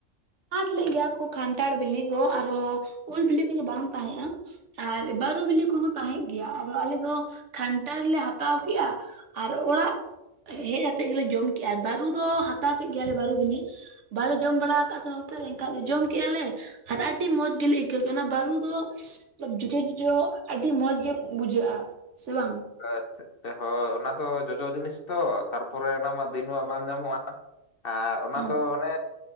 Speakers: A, on the right; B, on the left.
A: ᱦᱟᱴ ᱞᱮ ᱜᱮᱭᱟ ᱠᱚ ᱠᱷᱟᱱᱴᱷᱟᱲ ᱵᱤᱞᱤ ᱠᱚ ᱟᱨᱦᱚᱸ ᱩᱞ ᱵᱤᱞᱤ ᱠᱚᱫᱚ ᱵᱟᱝ ᱛᱟᱦᱮᱸᱜᱼᱟ ᱟᱨ ᱵᱟᱹᱨᱩ ᱵᱤᱞᱤ ᱠᱚᱦᱚᱸ ᱛᱟᱦᱮᱸᱫ ᱜᱮᱭᱟ ᱟᱫᱚ ᱟᱞᱮ ᱫᱚ ᱠᱟᱱᱴᱟᱲ ᱞᱮ ᱦᱟᱛᱟᱣ ᱠᱮᱫᱼᱟ ᱟᱨ ᱚᱲᱟᱜ ᱦᱮᱡ ᱠᱟᱛᱮᱜ ᱜᱮᱞᱮ ᱡᱚᱢ ᱠᱮᱫᱼᱟ ᱟᱨ ᱵᱟᱹᱨᱩ ᱫᱚ ᱦᱟᱛᱟᱣ ᱠᱮᱫ ᱜᱮᱭᱟᱞᱮ ᱵᱟᱹᱨᱩ ᱵᱤᱞᱤ ᱡᱚᱢ ᱵᱟᱲᱟ ᱟᱠᱟᱫ ᱥᱮ ᱱᱚᱛᱮ ᱨᱮ ᱮᱱᱠᱷᱟᱡ ᱫᱚ ᱡᱚᱢ ᱠᱮᱫᱼᱟ ᱞᱮ ᱟᱨ ᱟᱹᱰᱤ ᱢᱚᱸᱡᱽ ᱜᱮᱞᱮ ᱟᱹᱭᱠᱟᱹᱣ ᱠᱮᱫ-ᱟ ᱚᱱᱟ ᱵᱟᱹᱨᱩ ᱫᱚ ᱡᱚᱡᱚ ᱡᱚᱡᱚ ᱟᱹᱰᱤ ᱢᱚᱸᱡᱽ ᱜᱮ ᱵᱩᱡᱷᱟᱹᱜ-ᱟ ᱥᱮ ᱵᱟᱝ
B: ᱟᱪᱪᱷᱟ ᱦᱳᱭ ᱚᱱᱟ ᱫᱚ ᱡᱚᱡᱚ ᱡᱤᱱᱤᱥ ᱛᱚ ᱛᱟᱨᱯᱚᱨᱮ ᱚᱱᱟ ᱢᱟ ᱫᱤᱱ ᱢᱟ ᱵᱟᱝ ᱧᱟᱢᱚᱜᱼᱟ ᱟᱨ ᱚᱱᱟ
A: ᱦᱚᱸ
B: ᱫᱚ ᱚᱱᱮ